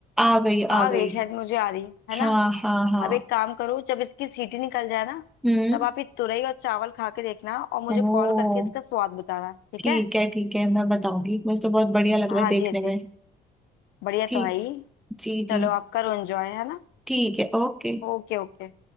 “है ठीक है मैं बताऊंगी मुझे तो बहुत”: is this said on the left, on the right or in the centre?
Centre